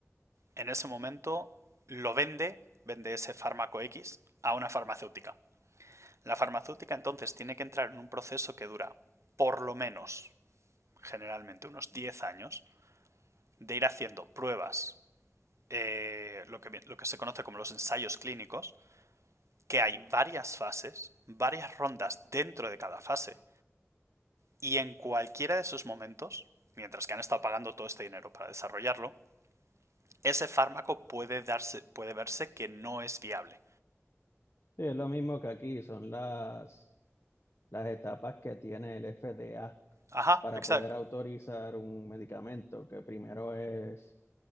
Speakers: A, on the right (about 75°); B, on the left (about 60°).
A: en ese momento lo vende, vende ese fármaco X a una farmacéutica. La farmacéutica entonces tiene que entrar en un proceso que dura por lo menos, generalmente, unos 10 años, de ir haciendo pruebas, eh, lo, que, lo que se conoce como los ensayos clínicos, que hay varias fases, varias rondas dentro de cada fase, y en cualquiera de esos momentos, mientras que han estado pagando todo este dinero para desarrollarlo, ese fármaco puede, darse, puede verse que no es viable.
B: sí, es lo mismo que aquí, son las, las etapas que tiene el FDA
A: Ajá,
B: para
A: exacto.
B: poder autorizar un medicamento, que primero es